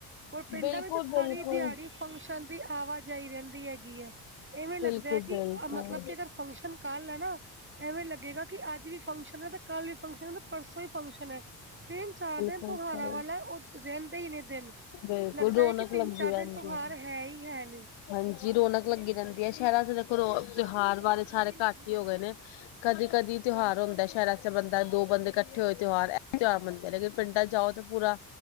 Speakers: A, on the right (about 25°); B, on the left (about 80°).
A: ਓਰ ਪਿੰਡਾਂ
B: ਬਿਲਕੁਲ
A: ਵਿੱਚ ਤੇ ਸਾਰੀ
B: ਬਿਲਕੁਲ
A: ਦਿਆੜੀ ਫੰਕਸ਼ਨ ਦੀ ਆਵਾ ਜਾਈ ਰੈਨਦੀ ਹੈਗੀ ਐ। ਇਵੇ ਲੱਗਦਾ
B: ਬਿਲਕੁਲ
A: ਐ ਕਿ
B: ਬਿਲਕੁਲ
A: ਮਤਲਬ ਕਿ ਅਗਰ ਫੰਕਸ਼ਨ ਕੱਲ ਐ ਨਾ ਐਵੇ ਲੱਗੇਗਾ ਕਿ ਅੱਜ ਵੀ ਫੰਕਸ਼ਨ ਐ ਤੇ ਕੱਲ ਵੀ ਫੰਕਸ਼ਨ ਐ ਤੇ ਪਰਸੋ ਵੀ ਫੰਕਸ਼ਨ ਐ ਤਿੰਨ ਚਾਰ
B: ਬਿਲਕੁਲ
A: ਦਿਨ ਤੋਹਾਰਾ
B: ਸਹੀ
A: ਵਾਲਾ ਓ ਰੈਂਦੇ ਈ ਨੇ ਦਿਨ
B: ਬਿਲਕੁਲ
A: ਲੱਗਦਾ
B: ਰੌਣਕ
A: ਐ ਕਿ ਤਿੰਨ
B: ਲੱਗੀ
A: ਚਾਰ
B: ਰਹਿੰਦੀ
A: ਦਿਨ ਤੋਹਾਰ ਹੈ ਹੀ ਹੈ ਨੇ।
B: ਹਾਂਜੀ ਰੌਨਕ ਲੱਗੀ ਰੈਂਦੀ ਐ ਸ਼ੈਰਾ ਚ ਦੇਖੋ ਰੋ
A: ਤਿੰਨ ਚਾਰ
B: ਤੋਹਾਰ
A: ਦਿਨ ਰੌਣਕ
B: ਬਾਰੇ ਸਾਰੇ
A: ਬੜੀ ਲੱਗੀ
B: ਘੱਟ
A: ਰਹਿੰਦੀ
B: ਈ ਹੋਗਏ ਨੇ।
A: ਹੈ।
B: ਕਦੀ ਕਦੀ ਤਯੋਹਾਰ ਹੁੰਦਾ ਐ ਸ਼ੈਰਾ ਚ ਤੇ ਬੰਦਾ ਦੋ ਬੰਦੇ ਕੱਠੇ ਹੋਏ ਤੇ ਤ੍ਯੋਹਾਰ ਐ ਤਯੋਹਾਰ ਬਨਦੇ ਨੇ ਲੇਕਿਨ ਪਿੰਡਾ ਚ ਜਾਓ ਪੂਰਾ